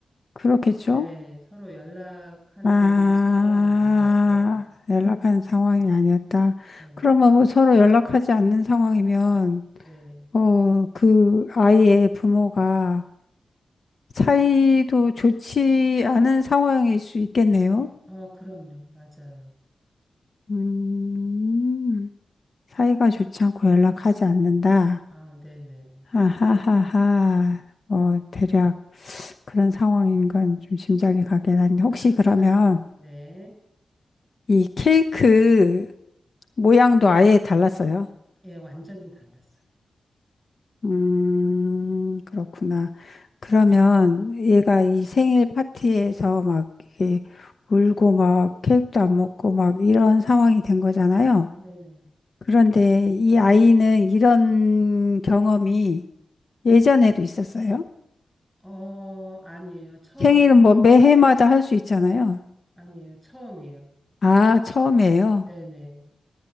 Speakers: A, on the left (about 50°); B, in the centre.
A: 그렇겠죠?
B: 네 서로 연락하는
A: 아,
B: 상황은 아니었어요.
A: 연락한 상황이 아니었다.
B: 네
A: 그러면 뭐 서로 연락하지 않는 상황이면,
B: 네.
A: 어, 그 아이의 부모가 사이도 좋지 않은 상황일 수 있겠네요?
B: 어, 그럼요. 맞아요.
A: 음, 사이가 좋지 않고 연락하지 않는다.
B: 아, 네네.
A: 아하하하. 뭐, 대략 그런 상황인 건 좀 짐작이 가긴 한데,
B: <laughs>
A: 혹시 그러면
B: 네.
A: 이 케이크 모양도 아예 달랐어요.
B: 예, 완전히 달랐어요.
A: 음, 그렇구나. 그러면 얘가 이 생일 파티에서 막 이게 울고 막 케이크도 안 먹고 막 이런 상황이 된 거잖아요.
B: 네네.
A: 그런데 이 아이는 이런 경험이 예전에도 있었어요?
B: 어, 아니에요. 처음이.
A: 생일은 뭐 매해마다 할 수 있잖아요.
B: 아니에요. 처음이에요.
A: 아, 처음이에요.
B: 네네.